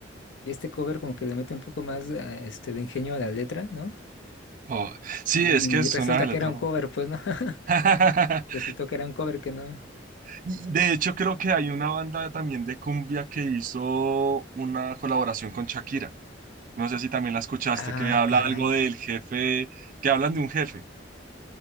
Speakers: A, on the left; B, on the right.
A: Y este cover como que le mete un poco más eh, este de ingenio a la letra, ¿no?
B: Oh, sí,
A: Y,
B: es que es
A: y resulta
B: una letra.
A: que era un cover, pues no. <laughs>
B: <laughs>
A: Resultó que era un cover que no.
B: Y De hecho, creo que hay una banda también de cumbia que hizo una colaboración con Shakira. No sé si también la escuchaste,
A: Ah,
B: que habla
A: caray.
B: algo del jefe, que hablan de un jefe,